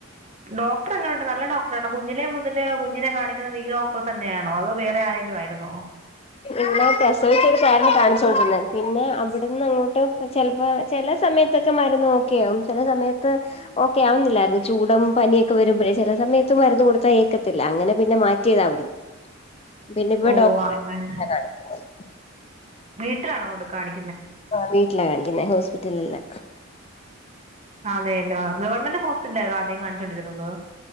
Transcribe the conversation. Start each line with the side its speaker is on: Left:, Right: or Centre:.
Right: ഡോക്ടർ എങ്ങനുണ്ട് നല്ല ഡോക്ടറാണ് കുഞ്ഞിലേ മുതല് കുഞ്ഞിനെ കാണിക്കുന്നത് ഈ ഡോക്ടറെ തന്നെയാണ് <unintelligible> വേറെ ആരെങ്കിലും ആരുന്നോ
Left: ഇല്ലാ പ്രസവിച്ച എടുത്താരുന്നു കാണിച്ചു കൊണ്ടിരുന്നത് പിന്നെ അവിടുന്ന് അങ്ങോട്ട് ചെലപ്പോ ചെല സമയത്തൊക്കെ മരുന്ന് ഓക്കെ ആകും ചെല സമയത്ത് ഓക്കെ ആവുന്നില്ലായിരുന്നൂ ചൂടും പനിയൊക്കെ വരുമ്പോഴേ ചെല സ സമയത്ത് മരുന്ന് കൊടുത്താ ഏക്കത്തില്ലാ അങ്ങനെ പിന്നെ മാറ്റിയതാവിടന്ന് പിന്നെ ഇപ്പ
Right: ഓ
Left: ഡോക്ട <unintelligible>
Right: അങ്ങനെ
Left: കാണിക്കുന്നത്
Right: വീട്ടിലാണോ കൊണ്ട് കാണി
Left: ആ വീട്ടിലാ കാണിക്കുന്നേ ഹോസ്പിറ്റലിലല്ലാ
Right: അതെയല്ലോ ഗവൺമെന്റ് ഹോസ്പിറ്റല ആതോ ആദ്യം കാണിച്ചോൊണ്ടിരുന്നത്